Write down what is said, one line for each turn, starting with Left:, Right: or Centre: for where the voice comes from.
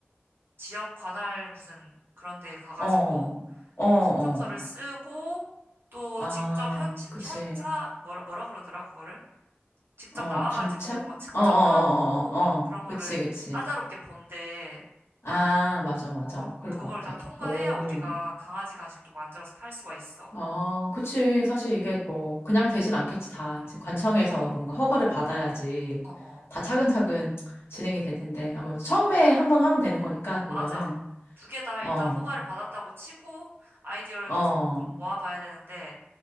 Right: 지역 관할 무슨 그런 데 가가지고
Left: 어, 어, 어.
Right: 이거 신청서를 쓰고 또
Left: 아,
Right: 직접 현
Left: 그치.
Right: 현사 뭐라 뭐라 그러더라 그거를? 직접
Left: 어,
Right: 나와가지고
Left: 감찰?
Right: 뭐 측정하고
Left: 어, 어, 어, 어, 어.
Right: 막
Left: 어.
Right: 그런
Left: 그치,
Right: 거를
Left: 그치.
Right: 까다롭게 본데,
Left: 아, 맞아, 맞아.
Right: 어,
Left: 그럴
Right: 그걸
Left: 것 같아.
Right: 다 통과해야
Left: 오.
Right: 우리가 강아지 간식도 만들어서 팔 수가 있어.
Left: 아, 그치. 사실 이게 뭐, 그냥 되진 않겠지. 다
Right: 응,
Left: 이제 관청에서 뭔가 허가를 받아야지
Right: 어, 어,
Left: 다 차근차근 진행이 될 텐데.
Right: 응.
Left: 아무래도 처음에 한 번 하면 되는 거니까, 그거는.
Right: 맞아. 두 개 다 일단
Left: 어,
Right: 허가를 받았다고 치고 아이디어를
Left: 어,
Right: 계속 좀 모아봐야 되는데,